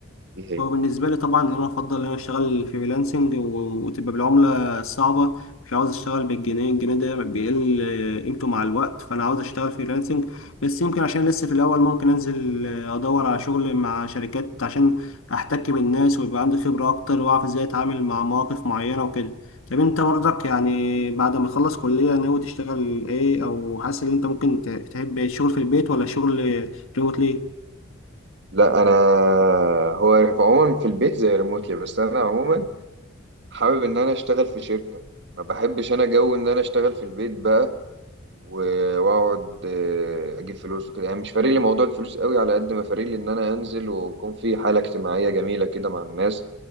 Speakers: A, on the right; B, on the left.
A: ايه هي
B: هو بالنسبة لي طبعا أنا أفضل إن أنا أشتغل فريلانسنج و- وتبقى بالعملة الصعبة مش عاوز أشتغل بالجنيه الجنيه ده بيقل آه، قيمته مع الوقت فأنا عاوز أشتغل فريلانسنج بس يمكن عشان لسه في الأول ممكن أنزل آه، أدور على شغل مع شركات عشان أحتك بالناس ويبقى عندي خبرة أكتر وأعرف إزاي أتعامل مع مواقف معينة وكده طب أنت برضك يعني بعد ما تخلص كلية ناوي تشتغل إيه أو حاسس إن أنت ممكن ت- تحب الشغل في البيت ولا شغل ريموتلي؟
A: لا انا هو في عموما في البيت زي ريموتلي بس انا عموما حابب ان انا اشتغل في شركة ما بحبش انا جو ان انا اشتغل في البيت بقى و- واقعد آه، اجيب فلوس وكده يعني مش فارق لي موضوع الفلوس قوي على قد ما فارق لي ان انا انزل ويكون في حالة اجتماعية جميلة كده مع الناس